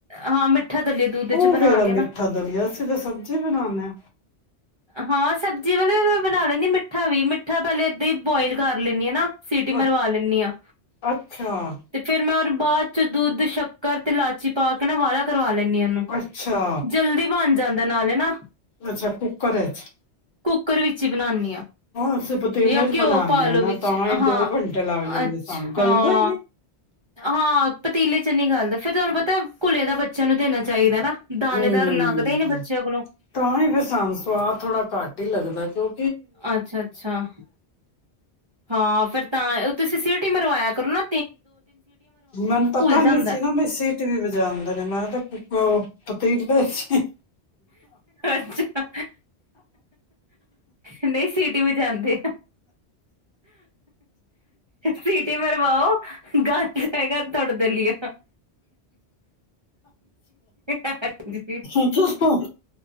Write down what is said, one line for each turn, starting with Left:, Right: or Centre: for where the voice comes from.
Right: ਹਾਂ ਮਿੱਠਾ ਦਲੀਏ ਦੁੱਧ
Left: ਉਹ
Right: ਚ ਬਣਾ
Left: ਕਿਹੜਾ
Right: ਕੇ
Left: ਮਿੱਠਾ
Right: ਨਾ।
Left: ਦਲੀਆ ਸੀ ਤੇ ਸਬਜ਼ੀ ਬਣਾਉਦੇ।
Right: ਹਾਂ, ਸਬਜ਼ੀ ਵਾਲੇ ਮੈ ਬਣਾ ਲੈਂਦੀ, ਮਿੱਠਾ ਵੀ ਮਿੱਠਾ ਪਹਿਲੇ ਏਦਾਂ ਹੀ ਬੋਆਇਲ ਕਰ ਲੈਂਦੀ ਹੈ ਨਾ। ਸੀਟੀ
Left: ਹਾਂ
Right: ਮਰਵਾ ਲੈਂਦੀ ਹਾਂ
Left: ਅੱਛਾ
Right: ਤੇ ਫੇਰ ਮੈਂ ਬਾਅਦ ਚ ਦੁੱਧ ਸ਼ੱਕਰ ਤੇ ਇਲਾਚੀ ਪਾ ਕੇ ਨਾ ਉਬਾਲਾ ਕਰਵਾ ਲੈਣੀ।
Left: ਅੱਛਾ
Right: ਜਲਦੀ ਬਣ ਜਾਂਦਾ। ਤਾਂ ਨਾਲੇ ਨਾ
Left: ਅੱਛਾ <unintelligible>
Right: ਕੁੱਕਰ ਵਿੱਚ ਬਣਾਨੀ ਹਾਂ
Left: ਅਸੀਂ ਪਤੀਲੇ
Right: ਜਾਂ
Left: ਚ
Right: ਘਿਓ
Left: ਬਣਾਉਦੇ
Right: ਪਾਲੋ
Left: ਹਾਂ ਨਾ
Right: ਵਿੱਚ
Left: ਤਾਂ ਹੀ
Right: ਹਾਂ,
Left: ਦੋ ਘੰਟੇ ਲੱਗ ਜਾਂਦੇ
Right: ਅੱਛਾ
Left: ਸਾਨੂੰ ਗਲਦਾ
Right: ਹਾਂ,
Left: ਹੀ ਨੀ
Right: ਹਾਂ ਪਤੀਲੇ ਚੰਗੀ ਗੱਲ ਦਾ ਫ਼ਿਰ ਤੁਹਾਨੂੰ ਪਤਾ, ਘੁਲੇ ਦਾ ਬੱਚਿਆਂ ਨੂੰ ਦੇਣਾ ਚਾਹੀਦਾ ਨਾ। ਦਾਣੇਦਾਰ
Left: ਹੂੰ
Right: ਲੰਘਦਾ ਹੀ ਨੇ ਬੱਚਿਆਂ ਕੋਲੋਂ।
Left: ਤਾਂ ਹੀ ਫਿਰ ਸਾਨੂੰ ਸਵਾਦ ਥੋੜਾ ਘੱਟ ਹੀ ਲੱਗਦਾ ਕਿਊ
Right: ਅੱਛਾ-ਅੱਛਾ, ਹਾਂ ਫਿਰ ਤਾਂ-ਅ ਤੁਸੀਂ ਸੀਟੀ ਮਰਵਾਇਆ ਕਰਨਾ।
Left: ਮੈਨ ਪਤਾ
Right: ਜਾਂਦਾ
Left: ਨੀ ਸੀ ਨਾ ਬ ਸੀਟ ਵੀ ਵਜਾਉਦੇ ਨੇ, ਮੈਂ ਤੇ ਕੁ-ਕ ਪਤੀਲੇ ਚ
Right: ਅੱਛਾ ਨਹੀਂ ਸਿਟੀ ਵਜਾਣਦੇ। ਸੀਟੀ ਮਰਵਾਓ, ਗਾਲ ਜਾਏਗਾ ਤੁਹਾਡਾ ਦਲੀਆ ਹਾਂਜੀ
Left: ਅੱਛਾ,